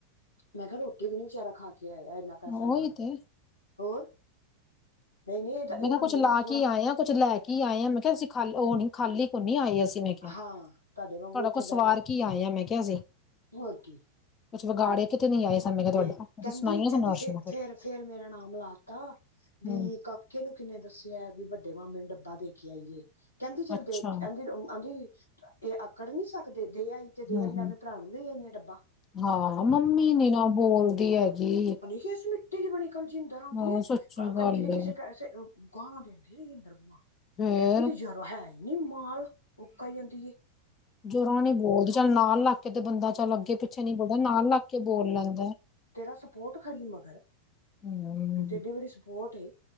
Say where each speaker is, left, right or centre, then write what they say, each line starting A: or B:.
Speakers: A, on the left; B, on the left.
A: ਮੈਂ ਕਿਹਾ, ਰੋਟੀ ਵੀ ਨਈ। ਵਿਚਾਰਾ ਖਾ ਕੇ ਆਇਆਂ, ਇੰਨਾ ਪੈਸਾ
B: ਉਹੀ
A: ਲਾ ਕੇ
B: ਤੇ
A: ਹੋਰ। ਨਹੀਂ ਨਹੀਂ ਇਹਦਾ
B: ਮੈਂ
A: ਇਹਦਾ
B: ਕਿਹਾ, ਕੁਛ
A: ਮੂੰਹ
B: ਲਾ
A: ਥੋੜਾ
B: ਕੇ ਆਏ, ਕੁੱਛ ਲੈ ਕੇ ਆਏ ਆ, ਮੈਂ ਕਿਹਾ, ਅਸੀਂ ਖਾਲੀ ਕੋਈ ਆਏ, ਅਸੀਂ ਮੈਂ ਕਿਹਾ,
A: ਹਾਂ ਤੁਹਾਡੇ ਵਾਂਗੂ
B: ਤੁਹਾਡਾ
A: ਉੱਥੇ
B: ਕੁਜ, ਸਵਾਰ
A: ਬਹਿ ਬਹਿ
B: ਕੀ ਆਏ ਆ, ਮੈਂ ਕਿਹਾ ਅਸੀਂ
A: ਹੋਰ ਕੀ
B: ਕੁਛ ਵਿਗਾੜੇ ਕਿਤੇ ਨੀ ਆਏ ਸ ਮੈਂ ਕਿਹਾ ਤੁਹਾਡਾ
A: ਤੇ
B: ਤੁਸੀਂ
A: ਕਹਿੰਦੀ
B: ਸੁਣਾਈਆਂ
A: ਕਹਿੰਦੀ
B: ਸਾਨੂੰ ਅਰਸ਼ਨਾ
A: ਫੇ-ਫੇਰ
B: ਫਿਰ
A: ਫੇਰ ਮੇਰਾ ਨਾਮ ਲਾਤਾ। ਬੀ
B: ਹਮ
A: ਕਾਕੇ ਨੂੰ ਕਿੰਨੇ ਦੱਸਿਆ? ਵੀ ਵੱਡੇ ਮਾਮੇ ਨੂੰ ਡੱਬਾ ਦੇ ਕੇ ਆਈਏ। ਕਹਿੰਦੀ, ਚੱਲ
B: ਅੱਛਾ
A: ਦੇਖ ਕਹਿੰਦੀ, ਆਦੀ ਇਹ ਆਂਕੜ ਨਈ ਸਕਦੀ, ਦੇ ਆਈ। ਦੇ
B: ਹਮ
A: ਆਈ। ਮੈਂ
B: ਹਮ
A: ਆਪਣੇ ਭਰਾ ਨੂੰ, ਦੇ ਆਈ ਹਾਂ। ਡੱਬਾ
B: ਹਾਂ ਮੰਮੀ ਨੀ ਨਾ ਬੋਲਦੀ ਹੈਗੀ
A: ਕਿਸ ਮਿੱਟੀ ਦੀ ਬਣੀ ਕੱਲ ਜਿੰਦਰ ਆਉਂਦੀ
B: ਹਾਂ
A: ਹੈ
B: ਸੱਚੀ
A: ਕੰਜਰੀ
B: ਗੱਲ
A: ਕਿਸੇ
B: ਏ
A: ਪੈਸੇ। ਗਾਲਾਂ ਦੇਿੰਦੀ ਸੀ ਇੰਦਰ ਬੂਆ
B: ਫੇਰ
A: ਕਹਿੰਦੀ ਜ਼ਰਾ ਹੈ ਹੀ ਨੀ ਮਾਲ ਉੱਕਾਈ ਆਉਂਦੀ ਹੈ।
B: ਜ਼ਰਾ ਨੀ ਬੋਲਦੇ। ਚੱਲ ਨਾਲ ਲੱਗ ਕੇ ਤੇ ਬੰਦਾ ਚੱਲ। ਅੱਗੇ-ਪਿੱਛੇ ਨੀ ਬੋਲਦਾ। ਨਾਲ ਲੱਗ ਕੇ ਬੋਲ ਲੈਂਦਾ।
A: ਤੇਰਾ ਸਪੋਰਟ ਖੜੀ ਮਗਰ
B: ਹਮ
A: ਏਡੇ, ਏਡੇ ਵੱਡੇ ਸਪੋਰਟ ਏ।